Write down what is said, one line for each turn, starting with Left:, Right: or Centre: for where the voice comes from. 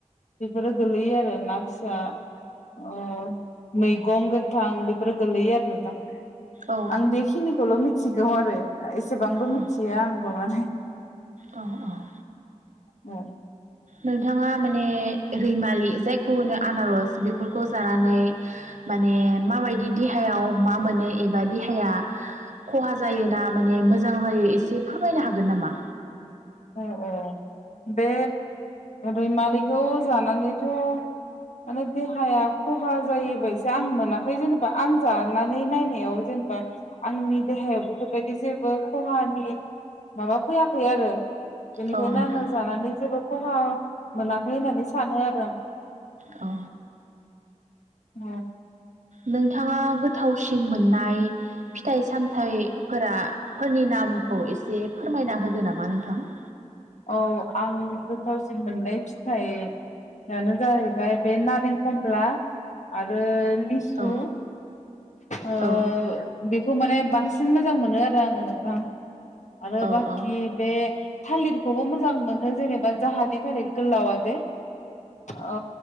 Left: बेफोरो गोलैयो आरो ना फिसा ओ मैगं गोथां बेफोर गोलै आरो नोंथां
Right: औ
Left: आ बेखिनिखौल' मिन थिगौ आरो एसेबांबो
Right: औ
Left: मिथिया आं <unintelligible>
Right: औ औ
Left: औ
Right: नोंथाङा माने रैमालि जायखौ होनो आनारस बेफोरखौ जानानै माने माबायदि देहायाव मा मोनो एबा देहाया खहा जायो ना माने मोजां जायो एसे फोरमायनो हागोन नामा
Left: औ औ बे रैमालिखौ जानानैथ' माने देहाया खहा जायोबायसा आं मोनाखै जेनेबा आं जानानै नायनायाव जेनेबा आंनि देहायाव बेफोरबायदि जेबो खहानि माबा फैयाखै आरो बेनिखायनो
Right: औ नोंथां
Left: आङो जानानै जेबो खहा मोनाखै होननानै सानो आरो आं
Right: औ
Left: अ
Right: नोंथाङा गोथावसिन मोननाय फिथाइ सामथाइफोरा फोरनि नामखौ एसे फोरमायना होदो नामा नोंथां
Left: औ आं गोथावसिन मोननाय फिथाइआनो जाहैबाय बे नारें खमला आरो लिसु
Right: औ
Left: ओ
Right: औ
Left: बेखौ माने बांसिन मोजां मोनो आरो आङो नोंथां आरो
Right: औ
Left: बाखि
Right: औ
Left: बे थालिर बेखौबो मोजां मोनो जेनेबा जाहानिनि थालिर गोलावा जे औ